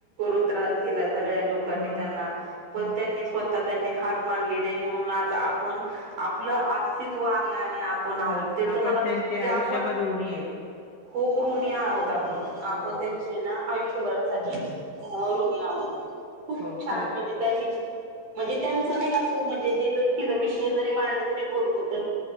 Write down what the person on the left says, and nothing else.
मग
मग
खरंच
आपण
त्यांचे
आयुष्यभर
ऋणी आहेत.
हो,
हो.
हं,
हो
खरंच